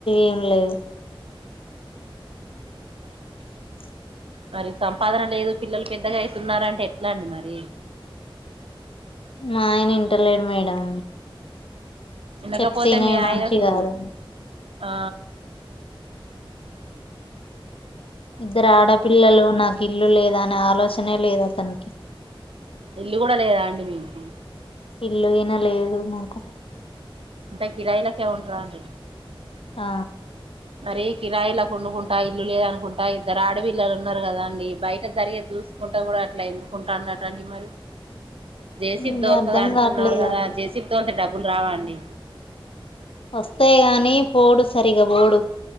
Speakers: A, on the left; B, on the right.
A: ఏం లేదు <unintelligible>
B: మరి సంపాదన లేదు పిల్లలు పెద్దగా అయితున్నారంటే, ఎట్లా అండి మరి
A: మా ఆయన ఇంటలేడు మేడం
B: ఇనకపోతే
A: చెప్తేనే
B: మీ
A: మనిషి
B: ఆయనకు
A: కాదు
B: ఆ
A: ఇద్దరు ఆడపిల్లలు నాకు ఇల్లు లేదా అనే ఆలోచనే లేదు అతనికి
B: ఇల్లు గూడా లేదా అండి మీకు
A: ఇల్లుగినా లేదు మకు
B: టె కిరాయిలకె ఉంటరా అండి,
A: ఆ
B: మరీ కిరాయిలా కొండుకుంటా ఇల్లు లేద అనుకుంటా, ఇద్దరు ఆడపిల్లలు ఉన్నారు కదా అండి బయట జరిగేది, చూసుకుంట గూడా అట్లా ఎందుుకుంటా అన్నట్టు అండి మరి, జేసీపీ
A: ఇగ
B: దోల్తా
A: అర్ధం
B: దా అంటున్నారు,
A: కావట్లేదు
B: కదా
A: ఆయనకి
B: జేసిపి తోళ్తే డబ్బులు రావ అండి,
A: వస్తేయి గాని పోడు సరిగా పోడు